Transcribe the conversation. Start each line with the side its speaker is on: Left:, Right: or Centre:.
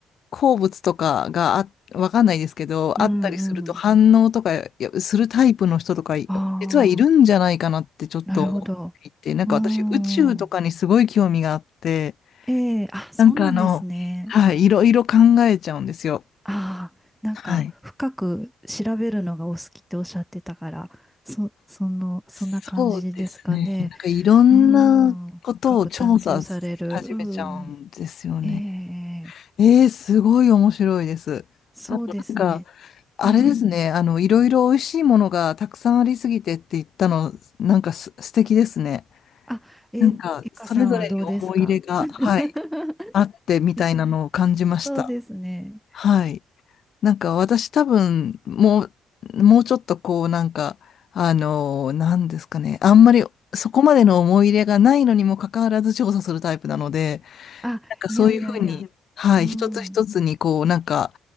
Left: 鉱物とかがあ、わかんないですけど、
Centre: ん。
Left: あったりすると反応とかいやするタイプの人とか、
Centre: うん。あ
Left: 実はいるんじゃないかなってちょっと思っていて、
Centre: あ。なるほど。
Left: なんか私宇宙とかにすごい興味があって、
Centre: うん。ええ、あ、そうなんですね。
Left: なんかあの、はい、いろいろ考えちゃうんですよ。
Centre: ああ。なんか、
Left: はい。
Centre: 深く調べるのがお好きっておっしゃってたから、そ、その、そんな感じですかね。
Left: そうですね。なんかいろんなことを調査し始めちゃうんですよね。
Centre: うん。深く探求される。うん。ええ、
Left: えー、すごい面白いです。
Centre: そうですね。
Left: あとなんか、あれですね。
Centre: うん。
Left: あの、いろいろ美味しいものがたくさんありすぎてって言ったの、なんかす、素敵ですね。
Centre: あ、えー、
Left: なんか、
Centre: ゆかさんはどうですか
Left: それぞれに思い入れが、
Centre: <laughs>
Left: はい、あってみたいなのを感じました。
Centre: よしそうですね。
Left: はい。なんか私多分、もう、もうちょっとこうなんか、あのなんですかね。あんまりそこまでの思い入れがないのにもかかわらず調査するタイプなので、
Centre: あ、
Left: なんかそういうふうに、
Centre: いやいやいや。
Left: うんはい、
Centre: うん。
Left: 一つ一つにこうなんか、